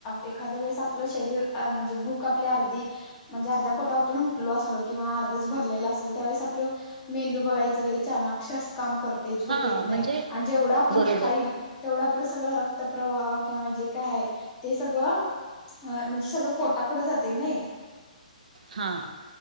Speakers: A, on the left; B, on the right.
A: एखाद्या वेळेस आपलं शरीर म्हणजे भूक आपल्या अर्धी म्हणजे अर्ध्या पोटा आपण उठलो असलो किंवा अर्धेच भरलेलं असेल त्यावेळेस आपलं मेंदू बघायच चानाक्षस काम करते झोप
B: हा
A: येत नाही
B: म्हणजे
A: आणि जेवढा आपण
B: बरोबर
A: खाईल तेवढं आपलं सगळं रक्त प्र्रवाह किंवा जे काय आहे ते सगळं अ म्हणजे सगळं पोटाकडे जाते नाही
B: हा